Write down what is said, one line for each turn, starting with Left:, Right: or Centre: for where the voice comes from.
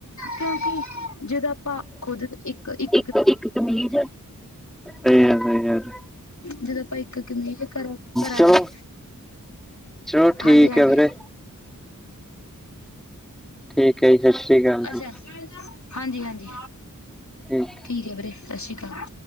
Left: ਕਿਉਂਕਿ ਜਦੋਂ ਆਪਾਂ ਖੁਦ ਇੱਕ-ਇੱਕ
Centre: ਤੇ ਇੱਕ ਕਮੀਜ, ਸਹੀ ਯਾਰ ਸਹੀ ਯਾਰ
Left: ਜਦੋਂ ਆਪਾਂ ਇੱਕ-ਇੱਕ ਨਹੀਂ ਜ ਕਰੋ ਕਰਾਂਗੇ।
Centre: ਚਲੋ ਚਲੋ ਠੀਕ
Left: ਹਾਂਜੀ-ਹਾਂਜੀ,
Centre: ਹੈ ਵੀਰੇ ਠੀਕ ਹੈ ਜੀ ਸਤਿ ਸ੍ਰੀ ਅਕਾਲ
Left: ਅੱਛਾ,
Centre: ਜੀ
Left: ਹਾਂਜੀ-ਹਾਂਜੀ।
Centre: ਠੀਕ।
Left: ਠੀਕ ਹੈ ਵੀਰੇ ਸਤਿ ਸ਼੍ਰੀ ਅਕਾਲ।